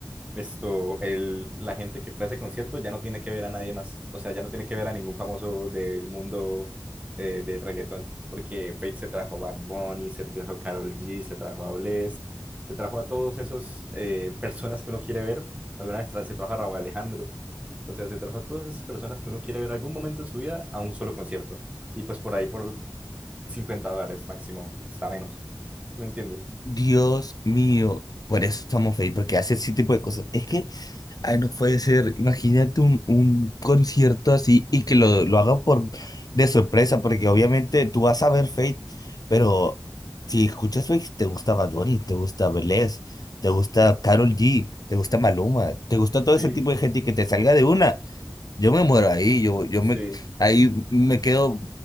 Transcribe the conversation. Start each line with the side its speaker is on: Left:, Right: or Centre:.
Right: Esto, el, la gente que fue a ese concierto ya no tiene que ver a nadie más. O sea, ya no tiene que ver a ningún famoso del mundo eh, del reggaetón. Porque Fate se trajo a Bad Bunny, se trajo a Karol G, se trajo a Blest, se trajo a todos esos eh, personas que uno quiere ver. Alguna vez tra- se trajo a Raúl Alejandro. O sea, se trajo a todas esas personas que uno quiere ver algún momento en su vida a un solo concierto. Y pues por ahí por 50 dólares máximo, está menos. ¿Sí me entiendes?
Left: Dios mío, por eso estamos felices, porque hace ese tipo de cosas. Es que, ay, no puede ser. Imagínate un, un concierto así y que lo, lo hagan por de sorpresa, porque obviamente tú vas a ver Fate, pero si escuchas Fate, te gusta Bad Bunny, te gusta Belés, te gusta Karol G, te gusta Maluma, te gusta
Right: Sí,
Left: todo ese tipo de gente y que te salga de una. Yo me muero ahí, yo, yo
Right: sí.
Left: me, ahí me quedo